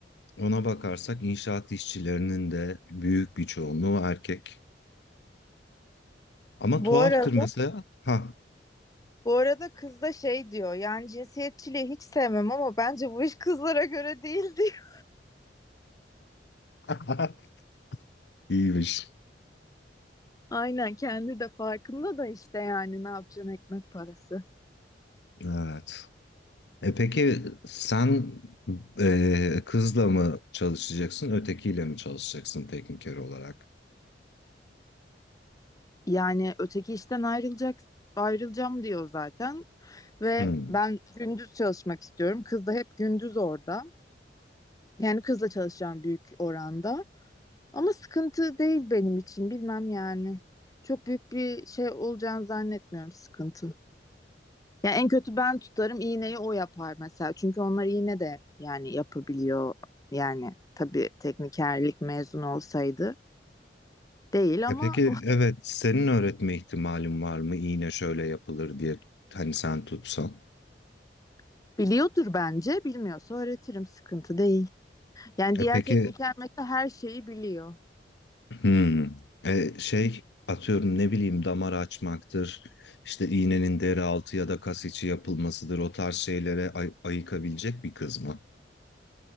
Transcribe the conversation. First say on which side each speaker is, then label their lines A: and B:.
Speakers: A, on the left; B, on the left.
A: ona bakarsak inşaat işçilerinin de büyük bir çoğunluğu erkek. Ama
B: Bu
A: tuhaftır
B: arada
A: mesela. Ha.
B: bu arada kız da şey diyor yani cinsiyetçiliği hiç sevmem ama bence bu iş kızlara göre değil diyor.
A: <laughs> İyiymiş.
B: Aynen kendi de farkında da işte yani ne yapacaksın ekmek parası.
A: Evet. E peki sen e, kızla mı çalışacaksın, ötekiyle mi çalışacaksın tekniker olarak?
B: Yani öteki işten ayrılacak ayrılacağım diyor zaten. Ve
A: Hmm.
B: ben gündüz çalışmak istiyorum. Kız da hep gündüz orada. Yani kızla çalışacağım büyük oranda. Ama sıkıntı değil benim için bilmem yani. Çok büyük bir şey olacağını zannetmiyorum sıkıntı. Yani en kötü ben tutarım iğneyi o yapar mesela. Çünkü onlar iğne de yani yapabiliyor. Yani tabii teknikerlik mezun olsaydı değil
A: E
B: ama
A: peki evet senin öğretme ihtimalin var mı iğne şöyle yapılır diye hani sen tutsan.
B: <laughs> biliyordur bence. Bilmiyorsa öğretirim sıkıntı değil. Yani diğer
A: E peki
B: tekniker mesela her şeyi biliyor.
A: hmm, e şey atıyorum ne bileyim damar açmaktır işte iğnenin deri altı ya da kas içi yapılmasıdır o tarz şeylere ay- ayıkabilecek bir kız mı?